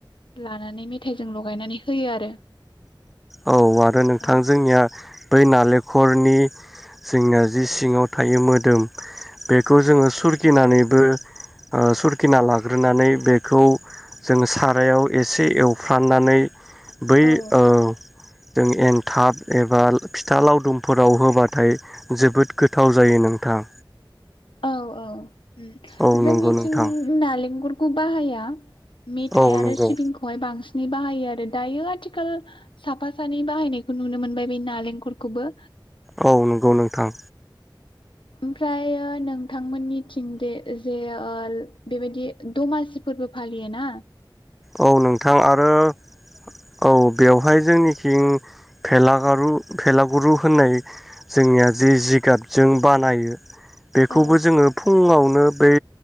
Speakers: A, on the left; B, in the centre.
A: लानानै मेथाइजों लगायनानै होयो आरो
B: औ आरो नोंथां
A: औ
B: जोंनिया बै नालेखरनि जोंना जि सिङाव थायो मोदोम बेखौ जोङो सुरगिनानै बो ओ सुरखिना लाग्रोनानै बेखौ जोङो सारायाव एसे एवफ्रामनानै बै
A: औ
B: ओ जों एनथाब एबा फिथा लावदुमफोराव होबाथाय जोबोद गोथाव जायो नोंथां
A: औ औ उम
B: औ
A: जोंनिथिं
B: नंगौ नोंथां
A: नालेंगर खौ बाहाया मेथाइ
B: औ
A: आरो
B: नंगौ
A: सिबिंखौहाय बां बे बाहायो आरो दायो आथिखाल साफा सानै बाहायनायखो नुनो मोनबाय बै नालेंखलरखौबो
B: औ नोंगौ नोंथां
A: ओमफ्रायो नोंथांमोननि थिं दे ओजे ओल बेबायदि दमासि फोरबो फालियो ना
B: औ नोंथां आरो औ अ बेवहाय जोंनिखिं भेलागारु भेलागुरु होननाय जोंनिया जि जिगाबजों बानायो बेखौबो
A: औ
B: जोङो फुङाव बो बै